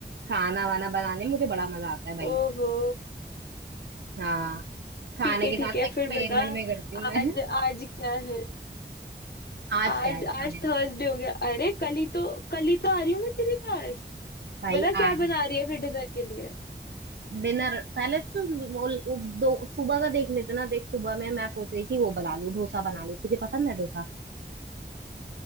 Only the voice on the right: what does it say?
खाना वाना बनाने में मुझे बड़ा मजा आता है भाई
हाँ खाने
के
साथ
एक्सपेरिमेंट
में करती हूँ मैं
<laughs> आज
क्या है खाने
में
भाई
आज
डिनर पहले तो वो, वो दो सुबह का देख लेते ना देख सुबह में मैं सोच रही थी वो बना लूं डोसा बना लूं तुझे पसंद है डोसा